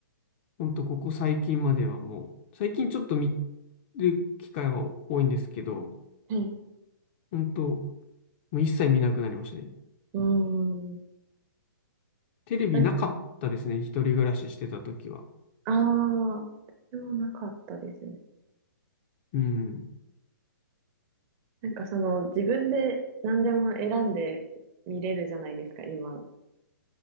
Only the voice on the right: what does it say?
はい。
うーん。や
っぱりな、
ああ、でもなかったですね。
なんかその自分で何でも選んで見れるじゃないですか、今。